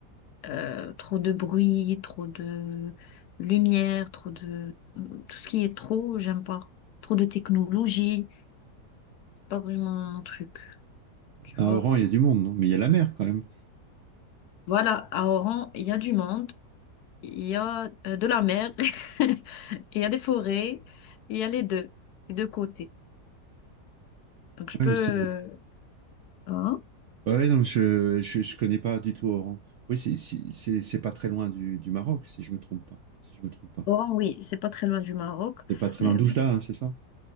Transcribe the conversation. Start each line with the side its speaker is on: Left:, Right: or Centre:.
Left: euh, trop de bruit, trop de lumière, trop de... Tout ce qui est trop, j'aime pas. Trop de technologie, c'est pas vraiment mon truc, tu
Right: À
Left: vois.
Right: Oran, il y a du monde, non? Mais il y a la mer quand même.
Left: Voilà, à Oran, il y a du monde, il y a euh, de la mer, <laughs> il y a des forêts, il y a les deux, les deux côtés. Donc je
Right: Ouais,
Left: peux...
Right: c'est-
Left: euh, Hein?
Right: ouais, ouais, non, je, je, je connais pas du tout Oran. Oui, c'est c'est- c'est- c'est pas très loin du, du Maroc, si je me trompe pas. Si je me trompe pas.
Left: Oran, oui, c'est pas très loin du Maroc,
Right: C'est pas très
Left: mais
Right: loin d'Oujda, hein, c'est ça?